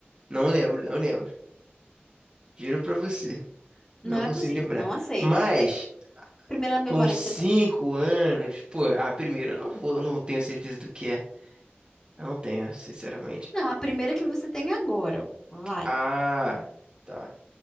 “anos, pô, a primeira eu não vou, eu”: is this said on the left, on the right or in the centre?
Right